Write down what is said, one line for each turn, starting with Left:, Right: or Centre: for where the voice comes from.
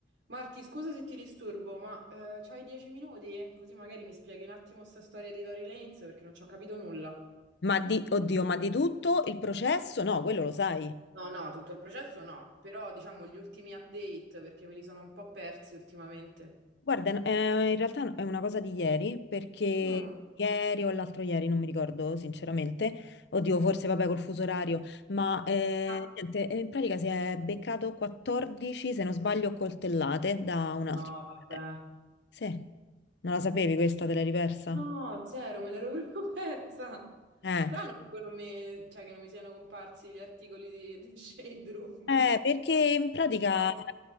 Right: Marti, scusa se ti disturbo, ma eh, c'hai dieci minuti? Così magari mi spieghi un attimo sta storia di Tory Lanez perché non ci ho capito nulla.
Left: Ma di, oddio, ma di tutto il processo? No, quello lo sai.
Right: No, no, tutto il processo no, però diciamo gli ultimi update perché me li sono un po' persi ultimamente.
Left: Guarda, eh, in realtà è una cosa di ieri, perché
Right: Mm,
Left: ieri o l'altro ieri, non mi ricordo sinceramente, oddio, forse vabbè col fuso orario, ma eh,
Right: ah,
Left: niente, eh, in pratica si è beccato 14, se non sbaglio, coltellate da un altro.
Right: No, vabbè.
Left: eh, Sì, non la sapevi questa, te l'hai ripersa?
Right: No, zero, me l'ero proprio <laughs> persa.
Left: Eh,
Right: Strano Strano. che non mi, cioè, che non mi siano comparsi gli articoli di, di Shade Room.
Left: eh, perché in pratica
Right: Stavo...